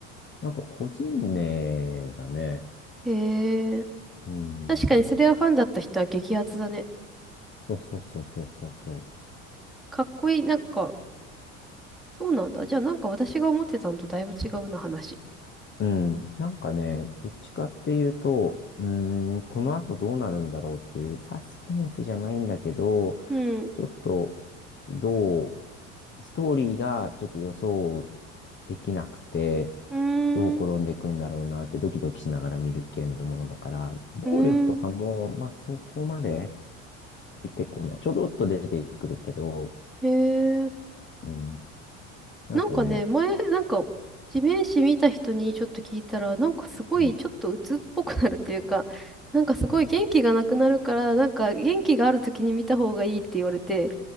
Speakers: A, on the left; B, in the centre.
A: なんか個人名だね。
B: へえ、
A: うん。
B: 確かにそれはファンだった人は激アツだね。
A: そうそうそうそうそうそ
B: かっこいい、なんか、そうなんだ。じゃあなんか私が思ってたのとだいぶ違うな話。
A: う。うん。なんかね、どっちかっていうと、うーん、この後どうなるんだろうっていうサスペンスじゃないんだけど、
B: うん。う
A: ちょっとどうストーリーがちょっと予想できなくて、
B: ーん。
A: どう転んでいくんだろうなってドキドキしながら見る系のものだから、暴力とかも、
B: うーん。
A: まあそこまで出てこない。ちょどっと出てくるけど、
B: へえ。
A: うん、なんかね、
B: なんかね、前、なんか、地面師見た人にちょっと聞いたら、なんかすごいちょっと鬱っぽくなるというか、
A: うん、
B: なんかすごい元気がなくなるから、なんか元気がある時に見た方がいいって言われて、